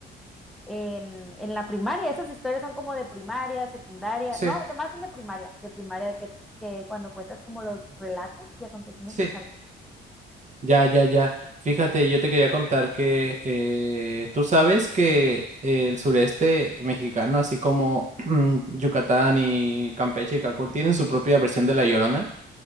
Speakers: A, in the centre; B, on the right (about 35°).
A: en, en la primaria. Esas historias son como de primaria, secundaria,
B: Sí,
A: no, de, más de primaria, de primaria que, que cuando cuentas como los relatos y acontecimientos
B: sí.
A: sales.
B: Ya, ya, ya. Fíjate, yo te quería contar que eh, tú sabes que el sureste mexicano, así como <clears throat> Yucatán y Campeche y Cancún, tienen su propia versión de La Llorona.